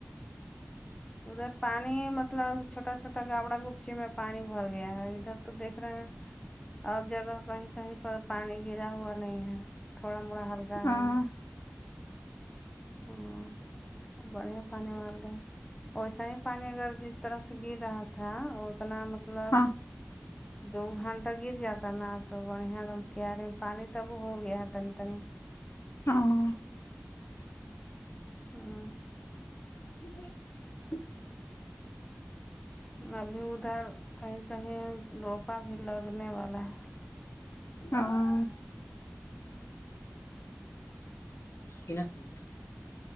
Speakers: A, on the left; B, on the left.
A: ادھر پانی مطلب چھوٹا چھوٹا گابڑا گپچے میں پانی بھر گیا ہے ادھر تو دیکھ رہے ہیں اور جگہ کہیں کہیں پر پانی گرا ہوا نہیں ہے تھوڑا موڑا ہلکا
B: ہاں
A: ہے ہمم بڑھیا پانی مانگ رہے ویسا ہی پانی اگر جس طرح سے گر رہا تھا وہ نا مطلب
B: ہاں
A: دو گھنٹہ گر جاتا نا تو بڑھیا دم کیاریے میں پانی تب ہو گیا ہے تنی
B: ہاں
A: ہاں
B: <inaudible>
A: ابھی ادھر کہیں کہیں روپا بھی لگنے والا ہے
B: ہاں کی نا ہوں